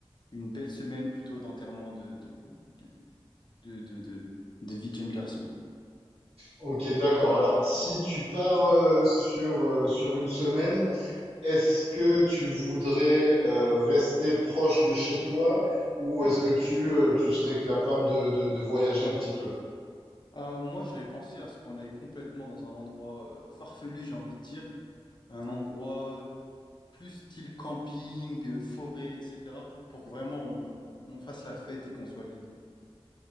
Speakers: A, on the left; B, on the right.
A: une belle semaine plutôt d'enterrement de, de, de, de, de, de- de vie de jeune garçon.
B: Ok, d'accord. Alors, si tu pars euh, sur, euh, sur une semaine, est-ce que tu voudrais euh, rester proche de chez toi ou est-ce que tu, euh, tu serais capable de, de, de voyager un petit peu?
A: Euh, moi, j'avais pensé à ce qu'on aille complètement dans un endroit euh, farfelu, j'ai envie de dire, un endroit plus style camping, euh, forêt, etc., pour que vraiment on, on fasse la fête et qu'on soit libre.